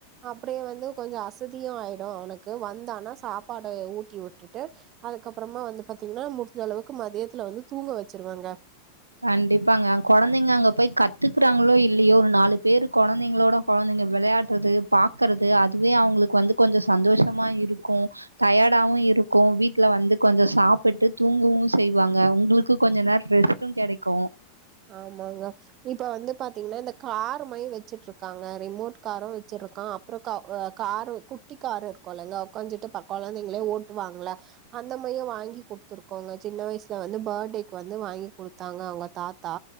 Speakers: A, on the right; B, on the right.
A: அப்டியே வந்து கொஞ்சொ அசதியு ஆயிடு அவனுக்கு வந்தானா சாப்பாட ஊட்டி விட்டுட்டு அதுக்கப்பறமா வந்து பாத்திங்கன்னா முடுஞ்ச அளவுக்கு மதியத்துல வந்து தூங்க வச்சுருவேங்க
B: கண்டிப்பாங்க கொழந்தைங்க அங்க போய் கத்துக்குறாங்களோ இல்லையோ ஒரு நாலு பேரு கொழந்தைங்களோட கொழந்தெங்க வெளையாட்றது பாக்கறது அதுவே அவுங்களுக்கு வந்து கொஞ்சொ சந்தோஷமா இருக்கு டயடாவு இருக்கு வீட்டுல வந்து கொஞ்சொ சாப்பிட்டு தூங்குவு செய்வாங்க உங்களுக்கு கொஞ்ச நேர் ரெஸ் டு கெடைக்கு
A: ஆமாங்க இப்ப வந்து பாத்திங்கன்னா இந்த காரு மாறி வச்சுட்டு இருக்காங்க ரிமோட் காரு வச்சிருக்கா அப்றொ கா அ காரு குட்டி காரு இருக்குல்லெங்க உக்காஞ்சிட்டு ப கொழந்தைங்களே ஓட்டுவாங்கள அந்த மாயி வாங்கி குடுத்துருக்கோங்க சின்ன வயசுல வந்து பாடேக்கு வந்து வாங்கி குடுத்தாங்க அவுங்க தாத் தா